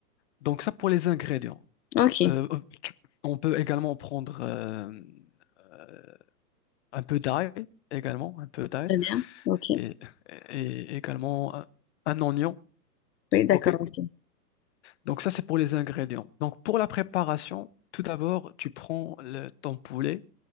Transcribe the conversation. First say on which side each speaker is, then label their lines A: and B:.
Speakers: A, on the left; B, on the left.
A: Donc, ça pour les ingrédients.
B: ok,
A: Euh, euh, tu- on peut également prendre euh, euh, un peu d'ail également, un peu d'ail
B: très bien. Ok,
A: et, et également un, un oignon.
B: oui, d'accord,
A: OK?
B: ok.
A: Donc ça, c'est pour les ingrédients. Donc pour la préparation, tout d'abord, tu prends le- ton poulet,